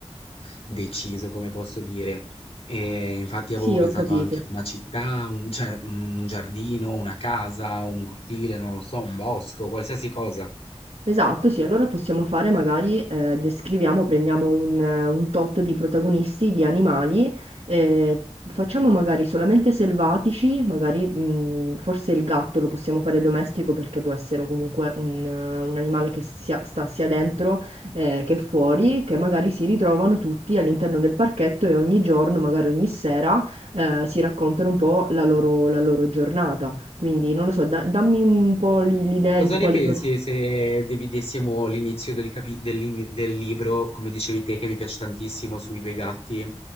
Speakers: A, on the left; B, on the right.
A: deciso, come posso dire. E infatti
B: Sì,
A: avevo pensato
B: ho capito.
A: anche a una città, un, cioè un giardino, una casa, un cortile, non lo so, un bosco, qualsiasi cosa.
B: Esatto, sì, allora possiamo fare magari, eh, descriviamo, prendiamo un, eh, un tot di protagonisti, di animali, eh, facciamo magari solamente selvatici, magari mh, forse il gatto lo possiamo fare domestico perché può essere comunque un, eh, un animale che sia, sta sia dentro eh, che fuori, che magari si ritrovano tutti all'interno del parchetto e ogni giorno, magari ogni sera, eh, si raccontano un po' la loro, la loro giornata. Quindi non lo so, da- dammi un po' l- l'idea
A: Cosa
B: di
A: ne
B: quali...
A: pensi
B: prot-
A: se dividessimo l'inizio del, capi- dell'in- del libro, come dicevi te, che mi piace tantissimo, sui due gatti,